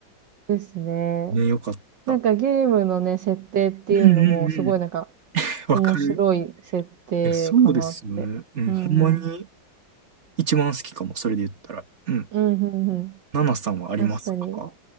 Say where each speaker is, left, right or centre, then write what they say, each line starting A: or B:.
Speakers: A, on the right; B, on the right.
A: ですね。
B: ね、良かった。
A: なんかゲームのね、設定っていうのも、
B: うんうんうん。
A: すごいなんか、面白い設定かなって。
B: わかる。いや、そうですよね。うん。
A: うん、
B: ほんまに
A: うん。
B: 一番好きかも。それで言ったら。うん。
A: うん、うん、うん。
B: ナナさんはありますか
A: 確かに。